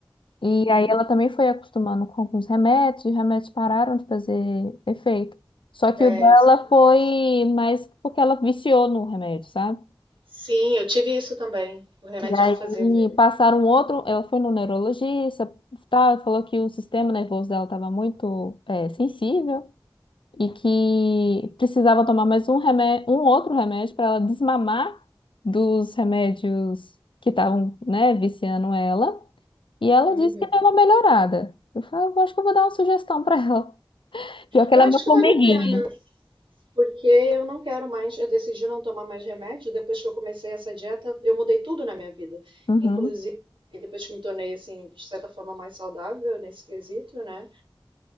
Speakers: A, on the left; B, on the right.
A: E
B: Uhum.
A: aí ela também foi acostumando com alguns remédios, e os remédios pararam de fazer efeito. Só que
B: é
A: o dela
B: isso que acontece.
A: foi mais porque ela viciou no remédio, sabe?
B: Sim, eu tive isso também. O remédio
A: E aí
B: já não fazia efeito.
A: passaram um outro, ela foi no neurologista, tá, falou que o sistema nervoso dela estava muito eh, sensível. e que precisava tomar mais um remédio, um outro remédio para ela desmamar dos remédios que estavam, né, viciando ela. E ela
B: Uhum.
A: disse que deu uma melhorada. Eu falei, "Eu acho que eu vou dar uma sugestão para ela. Pior que
B: Eu
A: ela
B: acho
A: é uma
B: que
A: formiguinha.
B: vale a pena, porque eu não quero mais, eu decidi não tomar mais remédio. Depois que eu comecei essa dieta, eu mudei tudo na minha vida.
A: Uhum,
B: Inclusive, depois que me tornei, assim, de certa forma mais saudável nesse quesito, né?